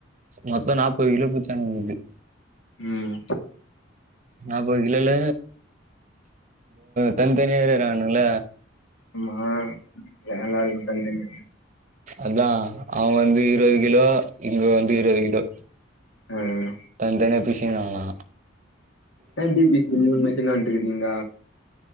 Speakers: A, on the right; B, on the left.
A: மொத்தோ நாப்பது கிலோ புச்சானுங்க போலக்து
B: உம்
A: நாப்பது கிலோல தனி தனியா இருகறானுவல
B: ஆம்மா வேலருக்கு தன் தனி
A: அதா அவு வந்து இருவது கிலோ இங்க வந்து இருவது கிலோ
B: ஹிம்
A: தன் தனியா பிரிஷின்க்காங்ளா
B: எம் பி பி சி னு யூன் மெசின் வன்டுகுது இங்க